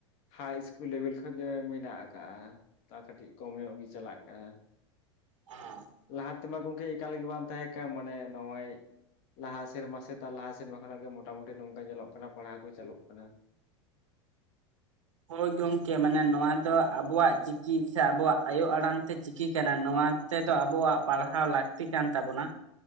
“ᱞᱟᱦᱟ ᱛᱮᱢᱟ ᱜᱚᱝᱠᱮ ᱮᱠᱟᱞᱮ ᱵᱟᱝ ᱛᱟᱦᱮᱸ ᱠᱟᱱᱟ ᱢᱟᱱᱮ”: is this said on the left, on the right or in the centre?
Left